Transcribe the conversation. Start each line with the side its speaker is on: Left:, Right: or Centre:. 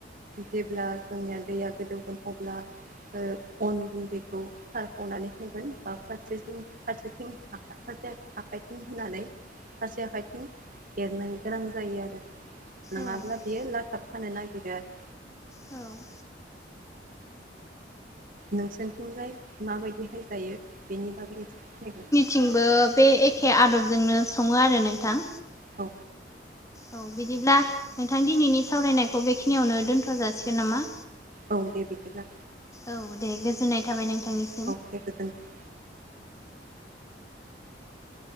Right: जेब्ला जोंनिया दैया गोदौगोन अब्ला अन गुन्दैखौ सारखावनानै होगोन बा फारसेथिं फारसेथिं फारसे आाइथिं होनानै सासे आाइथिनि एरनो गोनां जायो आरो। नङाब्ला
Left: ओ
Right: बियो लाथाब थानो नागिरो आरो
Left: औ
Right: नोंसोरथिंजाय माबायदिहाय जायो बेनि बागै एसे <unintelligible>
Left: थंबो बे एखे आदबजोंनो सङो आरो नोंथां।
Right: औ
Left: औ बिदिब्ला नोंथां दिनैनि सावरायनायखौ बेखिनियावनो दोनथ' जासिगोन नामा?
Right: औ दे बिदिब्ला
Left: औ दे गोजोननाय थाबाय नोंथांनि
Right: <unintelligible>